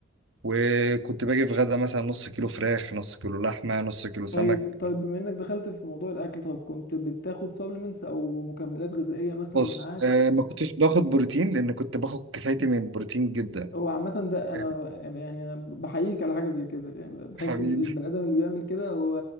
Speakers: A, on the right (about 65°); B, on the left (about 55°).
A: وكنت باجي في غدا مثلا نص كيلو فراخ نص كيلو لحمة نص كيلو سمك
B: طيب طيب بما انك دخلت في موضوع الاكل طيب كنت بتاخد سبلمنتس او مكملات غذائيه مثلا
A: بص
B: معاك
A: آه ما كنتش باخد بروتين لان كنت باخد كفايتي من البروتين جدا
B: او عامه ده انا
A: <laughs>
B: يعني أنا بحييك على حاجه زي كده يعني بحس
A: حبيبي
B: ان البني ادم اللي بيعمل كده هو